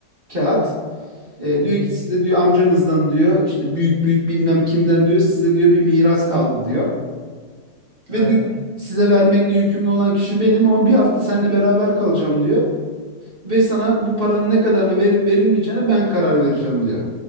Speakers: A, on the right (about 30°); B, on the right (about 80°).
A: kağıt. E,
B: Hı hı.
A: diyor ki size diyor amcanızdan diyor işte büyük büyük bilmem kimden diyor size diyor bir miras kaldı diyor. Ve
B: Aynen.
A: diyor ki, size vermekle yükümlü olan kişi benim ama bir hafta seninle beraber kalacağım diyor. Ve sana bu paranın ne kadarını verip verilmeyeceğine ben karar vereceğim diyor.